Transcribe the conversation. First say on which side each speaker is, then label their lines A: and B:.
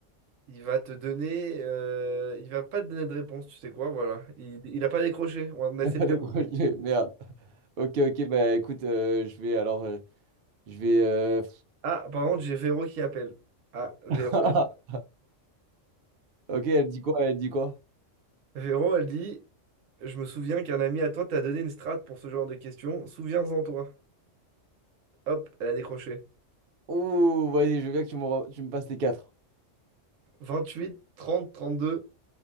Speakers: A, on the right; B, on the right.
A: Il va te donner, euh, il va pas te donner de réponse, tu sais quoi, voilà. Il, il a pas décroché. On
B: <laughs>
A: a essayé
B: Il y a pas
A: de
B: des
A: l'appeler.
B: projets, merde. Ok, ok, bah écoute, euh, je vais alors, euh, je vais. euh,
A: Ah, par contre, j'ai Véro qui appelle. Ah, Véro.
B: <laughs> Ok, elle dit quoi? Elle dit quoi?
A: Véro, elle dit, je me souviens qu'un ami à toi t'a donné une strate pour ce genre de questions. Souviens-en toi. Hop, elle a décroché.
B: Ouh, vas-y, je veux bien que tu me, re- tu me passes les quatre.
A: 28, 30, 32,